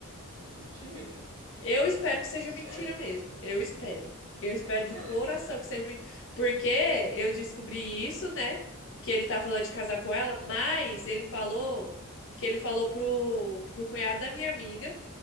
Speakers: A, on the right; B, on the left.
A: mentira.
B: Eu espero que seja
A: Sério?
B: mentira mesmo. Eu espero. Eu espero
A: <laughs>
B: de coração que seja mentira. Porque eu descobri isso, né? Que ele tá falando de casar com ela, mas ele falou que ele falou pro, pro cunhado da minha amiga